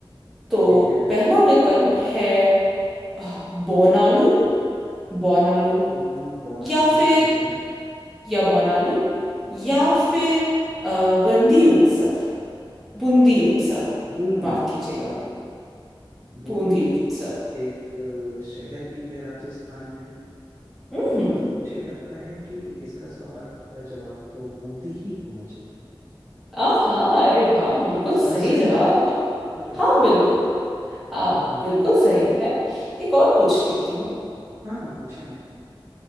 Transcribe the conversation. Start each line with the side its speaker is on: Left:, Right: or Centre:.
Centre: तो
Right: ठीक है
Centre: पहला विकल्प है अ, बोनालू बोनालू
Right: हम्म, बोनालू
Centre: या फिर
Right: ठीक है
Centre: या बोनालू या फिर अ, बंदी उत्सव बूंदी उत्सव
Right: बूंदी
Centre: माफ कीजिएगा
Right: तो बूंदी
Centre: बूंदी उत्सव
Right: एक अ, शहर भी है राजस्थान में
Centre: हम्म
Right: और मुझे लगता है कि इसका सवाल का जवाब तो बूंदी ही होना चाहिए
Centre: आहा अरे वाह बिल्कुल
Right: मैं
Centre: सही
Right: सही
Centre: जवाब
Right: हूँ क्या अरे
Centre: हाँ
Right: वाह
Centre: बिल्कुल आप
Right: <laughs>
Centre: बिल्कुल सही है एक और पूछ लेती हूँ
Right: हाँ हाँ पूछें आप